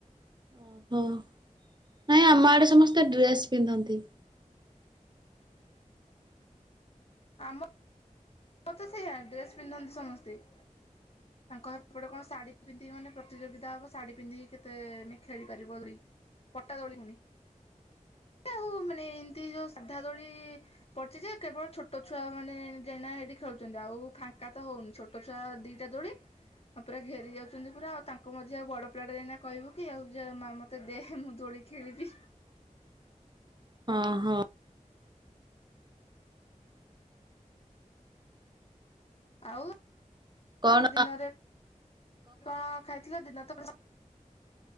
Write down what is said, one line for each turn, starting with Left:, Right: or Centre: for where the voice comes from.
Right: ଓହୋ ନାଇଁ ଆମ ଆଡେ ସମସ୍ତେ ଡ୍ରେସ ପିନ୍ଧନ୍ତି।
Left: ଆମ ମତେ ସେ ଡ୍ରେସ ପିନ୍ଧନ୍ତି ସମସ୍ତେ । ତାଙ୍କ ସେପଟେ କଣ ଶାଢୀ ପିନ୍ଧିକି ମାନେ ପ୍ରତିଯୋଗିତା ହବ ଶାଢୀ ପିନ୍ଧିକି କେତେ ଖେଳି ପାରିବ ଦୋଳି ପଟା ଦୋଳି ପୁଣି ।ଆଉ ମାନେ ଏମତି ଯୋଉ ସାଧା ଦୋଳି ପଡିଛି ଯେ କେବଳ ଛୋଟ ଛୁଆ ମାନେ ଯାଇ ଖେଳୁଛନ୍ତି ଆଉ ଫାଙ୍କା ତ ହଉନି ।ଛୋଟ ଛୁଆ ଦିଟା ଦୋଳି ଆଉ ପୁରା ଘେରି ଯାଉଛନ୍ତି ପୁରା ଆଉ ତାଙ୍କ ମଝୀରେ ଆଉ ବଡ ପିଲାଟା ଯାଇକିନା କହିବକି ଆଉ ମା ମତେ ଦେ ମୁଁ ଦୋଳି ଖେଳିବି।
Right: ଅ ହୋ।
Left: ଆଉ
Right: କଣ
Left: ଅଛି ଦିନରେ କଣ ଖାଇଥିଲ। ଦିନ ତ